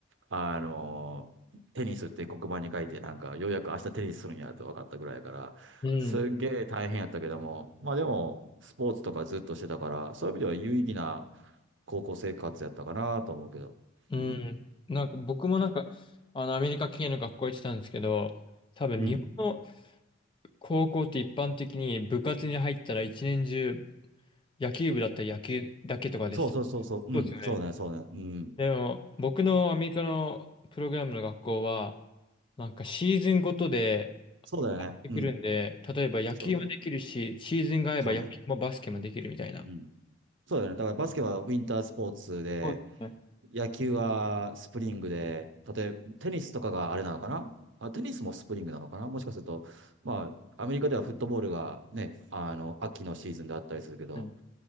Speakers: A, on the right; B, on the left.
A: あの、テニスって黒板に書いて、なんか、ようやく明日テニスするんやと分かったぐらいやから、
B: うん、
A: すっげえ大変やったけども、まあでも、スポーツとかずっとしてたから、そういう意味では有意義な高校生活やったかなと思うけど。
B: うん。
A: うん。
B: なんか僕もなんか、あの、アメリカ系の学校行ってたんですけど、多分日本の
A: うん。
B: 高校って一般的に部活に入ったら一年中野球部だったら野球だけとかでした。
A: そうそうそうそう。うん。
B: そうですよね。
A: そうね、そうね。うん。
B: でも僕のアメリカのプログラムの学校は、なんかシーズンごとで
A: そうだよね。
B: 買ってくるんで、
A: うん。
B: 例えば野球もできるし、
A: そうね。
B: シーズンが合えば野球もバスケもできるみたいな。
A: そうね。うん。そうだよね。だからバスケはウィンタースポーツで、
B: そうですね。
A: 野球はスプリングで、例えばテニスとかがあれなのかなあ、テニスもスプリングなのかなもしかすると、まあ、アメリカではフットボールがね、あの、秋のシーズンであったりするけど、
B: うん。